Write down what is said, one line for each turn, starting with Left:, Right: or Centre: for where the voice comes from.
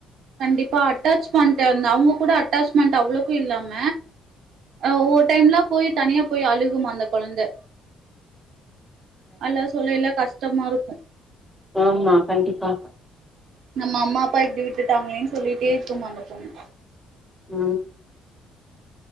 Right: கண்டிப்பா அட்டாச்மெண்ட் அந்த அவுங்க கூட அட்டாச்மெண்ட் அவ்ளக்கு இல்லாம அ ஒ ஒர் டைம்லா போயி தனியா போயி அழுகுமா அந்த கொழந்தை அல்லா சொல்லைல கஷ்டமா இருக்கு
Centre: ஆமா கண்டிப்பா
Right: நம்ம அம்மா அப்பா இப்டி விட்டுட்டாங்ளேன்னு சொல்லிட்டே இருக்குமா அந்த பொண்ணு
Centre: ம்